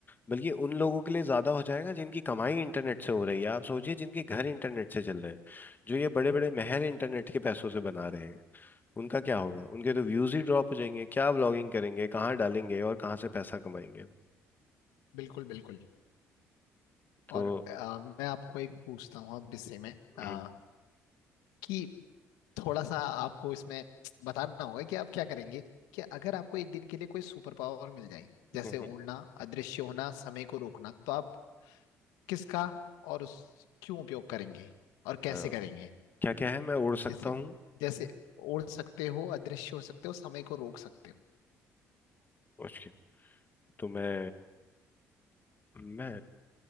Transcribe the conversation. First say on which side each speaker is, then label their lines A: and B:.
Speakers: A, on the left; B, on the left.
A: बल्कि उन लोगों के लिए ज्यादा हो जाएगा जिनकी कमाई इंटरनेट से हो रही है आप सोचिए जिनके घर इंटरनेट से चल रहे हैं जो ये बड़े बड़े महल इंटरनेट के पैसों से बना रहे हैं उनका क्या होगा उनके तो व्यूज ही ड्रॉप हो जाएंगे क्या व्लॉगिंग करेंगे कहाँ डालेंगे और कहाँ से पैसा कमाएंगे
B: बिल्कुल बिल्कुल
A: तो
B: और आ, मैं आपको एक पूछता हूँ अब इससे में आ,
A: हम्म,
B: कि थोड़ा सा आपको इसमें बताना होगा कि आप क्या करेंगे कि अगर आपको एक दिन के लिए कोई सुपर पावर मिल जाए जैसे
A: हम्म,
B: उड़ना अदृश्य होना समय को रोकना तो आप किसका और उस क्यों उपयोग करेंगे और कैसे
A: अ,
B: करेंगे
A: क्या क्या है मैं उड़ सकता
B: जैसे
A: हूँ
B: जैसे उड़ सकते हो अदृश्य हो सकते हो समय को रोक सकते हो
A: उसके तो मैं मैं